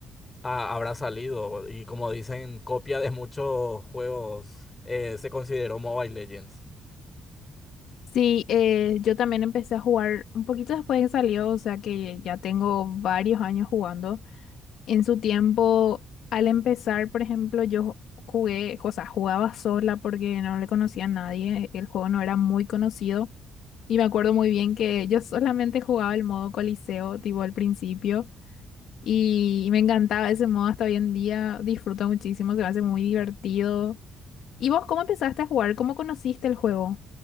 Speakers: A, on the left (about 25°); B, on the left (about 75°).
A: Ah, habrá salido y como dicen, copia de muchos juegos, eh, se consideró Mobile Legends.
B: Sí, eh, yo también empecé a jugar un poquito después de que salió, o sea que ya tengo varios años jugando. En su tiempo, al empezar, por ejemplo, yo jugué, o sea, jugaba sola porque no le conocía a nadie, el juego no era muy conocido y me acuerdo muy bien que yo solamente jugaba el modo Coliseo, tipo al principio, y me encantaba ese modo hasta hoy en día, disfruto muchísimo, se me hace muy divertido. ¿Y vos cómo empezaste a jugar? ¿Cómo conociste el juego?